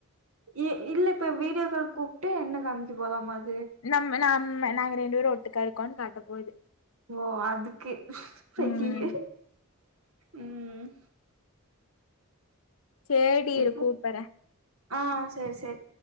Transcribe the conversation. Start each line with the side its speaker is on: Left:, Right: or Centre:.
Right: இ இல்ல இப்ப வீடியோக்கால் கூப்பிட்டு என்ன காமிக்க போதா மா அது
Left: நம்ம நாம் நாங்க ரெண்டு பேரு ஒட்டுக்கா இருக்கோ காட்ட போது
Right: ஓ அதுக்கு
Left: ம்
Right: அய்யய ம்
Left: சேரி டி
Right: இது
Left: இரு கூப்பர்ற
Right: ஆ சேரி சேரி